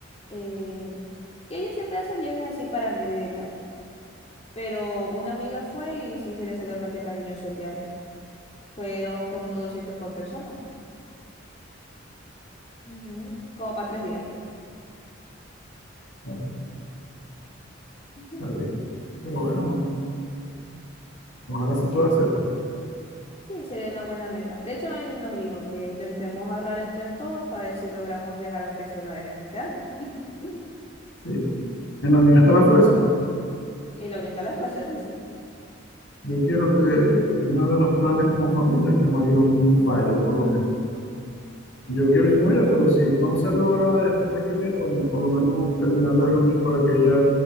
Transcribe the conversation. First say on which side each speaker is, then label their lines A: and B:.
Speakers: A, on the left; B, on the left.
A: Eh, y ella siempre hace viajes así para Mérida y tal. Pero una amiga fue y sí se le salió bastante cariñoso el viaje. Fueron como 200 por persona, Ujú, como para tres días.
B: Ah,
A: <laughs> Ujú.
B: está bien. Pero bueno, ojalá se pueda
A: Eh,
B: hacer, pues.
A: Sí, sería una buena meta. De hecho, ahí nos dijo que intentemos ahorrar entre todos para ver si logramos viajar, aunque sea una vez en este año. <laughs>
B: Sí. En la unión está la fuerza.
A: Y la unión está a las fuerzas, así
B: Yo quiero que uno de los planes como familia es que Marión vaya, por lo menos. Yo quiero ir con ella, pero si no se logra este mes que viene, bueno, por lo menos terminar de reunir para que ella